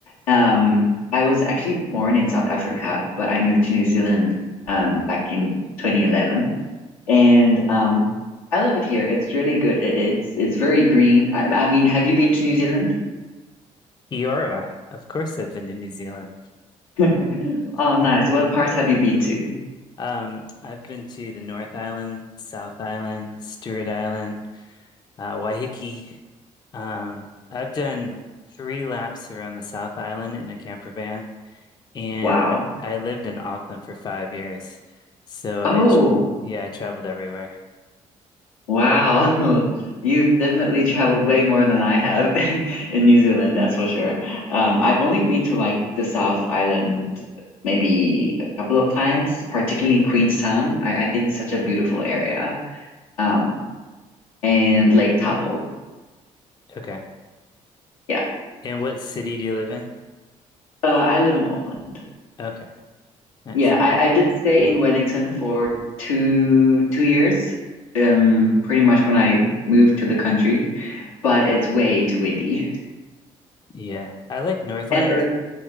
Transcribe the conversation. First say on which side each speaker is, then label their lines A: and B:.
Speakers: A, on the left; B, on the left.
A: Um, I was actually born in South Africa, but I moved to New Zealand um back in 2011. and um, I love it here. It's really good. It, it's it's very green. I, I mean, have you been to New Zealand?
B: Eora. Of course, I've been to New Zealand.
A: <laughs> Oh, nice.
B: <laughs>
A: What parts have you been to?
B: Um, I've been to the North Island, South Island, Stewart Island, uh, Waiheke. Um, I've done three laps around the South Island in a camper van, and
A: Wow.
B: I, I lived in Auckland for five years. So
A: Oh,
B: I, tr yeah, I traveled everywhere.
A: wow. <laughs> You've definitely traveled way more than I have <laughs> in New Zealand, that's for sure. Um, I've only been to like the South Island maybe a couple of times, particularly Queenstown. I, I think it's such a beautiful area. Um, and Lake Taupo.
B: Okay.
A: Yeah.
B: And what city do you live in?
A: Uh, I live in Auckland.
B: Okay, nice.
A: Yeah, I, I did stay in Wellington for two two years, um, pretty much when I moved to the country, but it's way too windy.
B: Yeah, I like Northland.
A: And earth,